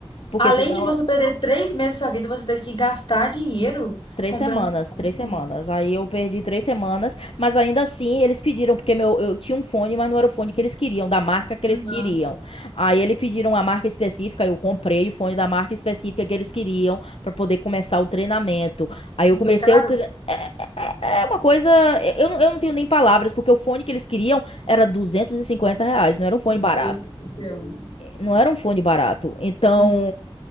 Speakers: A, on the left; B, on the left.
A: porque
B: Além
A: senão
B: de você perder três meses da sua vida, você teve que gastar dinheiro
A: Três
B: comprando
A: semanas,
B: um fone.
A: três semanas. Aí eu perdi três semanas, mas ainda assim eles pediram, porque meu, eu tinha um fone, mas não era o fone que eles queriam, da marca que eles
B: Aham.
A: queriam. Aí eles pediram a marca específica, eu comprei o fone da marca específica que eles queriam pra poder começar o treinamento. Aí
B: Não
A: eu comecei
B: foi caro?
A: o tre... É é- é é uma coisa. Eu, eu não tenho nem palavras, porque o fone que eles queriam era 250 reais, não era um fone
B: Meu
A: barato.
B: Deus do céu.
A: Não era um fone barato. Então.
B: Sim.